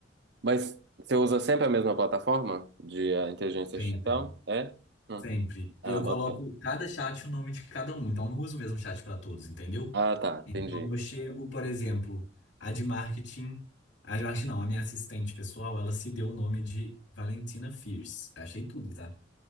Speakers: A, on the right; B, on the left.
A: Mas você usa sempre a mesma plataforma de ah, inteligência
B: Sempre,
A: artificial? É? Hum.
B: sempre. eu
A: Ah,
B: coloco
A: boto fé.
B: cada chat o nome de cada um, então eu não uso o mesmo chat para todos, entendeu?
A: Ah, tá.
B: Então
A: Entendi.
B: eu chego, por exemplo, a de marketing, a de marketing não, a minha assistente pessoal, ela se deu o nome de Valentina Fierce. Achei tudo, tá?